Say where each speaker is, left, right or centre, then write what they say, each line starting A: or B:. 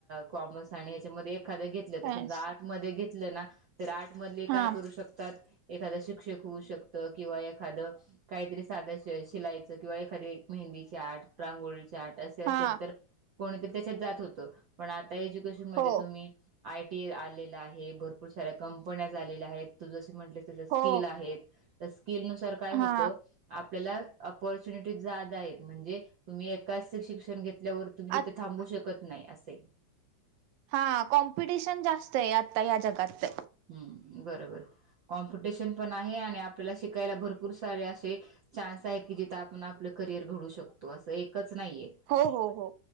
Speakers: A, on the right; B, on the right.
A: कॉमर्स आणि याच्यामध्ये एखाद घेतल
B: सायन्स
A: समजा आर्ट्स मध्ये घेतलं ना, तर आर्ट् मधले
B: हा
A: काय करू शकतात एखादं शिक्षक होऊ शकतं, किंवा एखादं काहीतरी साध शिलाईच किंवा एखादी मेहंदीचे आर्ट रांगोळीचे आर्ट असे असेल
B: हा
A: तर कोणीतरी त्याच्यात जात होत पण आता एज्युकेशन मध्ये
B: हो
A: तुम्ही आय टी आलेला आहे भरपूर साऱ्या कंपन्या झालेल्या आहेत तू जसे म्हटले तस
B: हो
A: स्किल आहेत त स्किल नुसार काय
B: हा
A: होत. आपल्याला अपॉर्च्युनिटी जात आहेत म्हणजे तुम्ही एकाच शिक्षण घेत घेतल्यावर तुम्ही
B: आ
A: तिथे थांबू शकत नाही असे.
B: हा कॉम्पिडिशन जास्तये आत्ता या जगात
A: हम्म बरोबर कॉम्पिटिशन पण आहे आणि आपल्याला शिकायला भरपूर सारे असे चान्स आहेत की जिथ आपण आपल करियर घडू शकतो अस एकच नाहीये.
B: हो हो हो